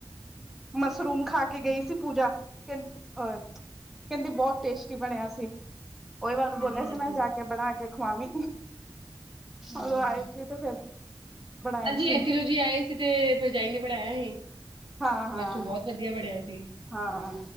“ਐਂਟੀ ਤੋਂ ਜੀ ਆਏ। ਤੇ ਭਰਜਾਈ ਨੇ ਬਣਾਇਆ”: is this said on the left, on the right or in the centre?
Right